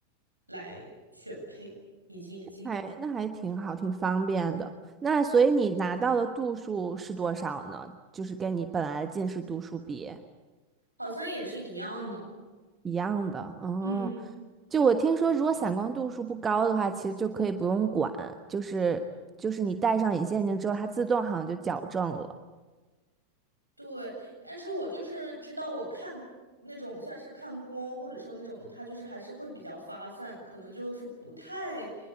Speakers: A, on the right; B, on the right.
A: 来选配隐形眼镜，
B: 哎，那还挺好，挺方便的。那所以你拿到的度数是多少呢？就是跟你本来的近视度数比
A: 好像也是一样的。
B: 一样的。哦，
A: 嗯。
B: 就我听说，如果散光度数不高的话，其实就可以不用管，就是就是你戴上隐形眼镜之后，它自动好像就矫正了。
A: 对，但是我就是知道，我看那种像是看光或者说那种的，它就是还是会比较发散，可能就是不太